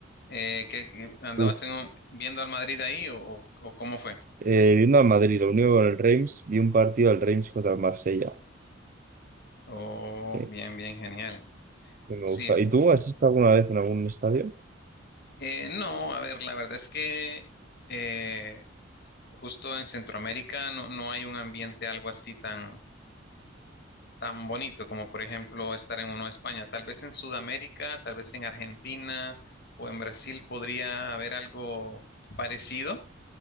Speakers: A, on the left; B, on the right.
A: Eh, ¿qué- qué- andabas
B: Uf.
A: en un- viendo al Madrid ahí o, o o cómo fue?
B: Eh, viendo al Madrid, lo único con el Reims, vi un partido del Reims contra el Marsella.
A: Oh,
B: Sí, que
A: bien, bien, genial.
B: me
A: Sí,
B: gusta. ¿Y tú has estado alguna vez en algún estadio?
A: Eh, no, a ver, la verdad es que eh, justo en Centroamérica no, no hay un ambiente algo así tan, tan bonito como por ejemplo estar en uno de España. Tal vez en Sudamérica, tal vez en Argentina o en Brasil podría haber algo parecido,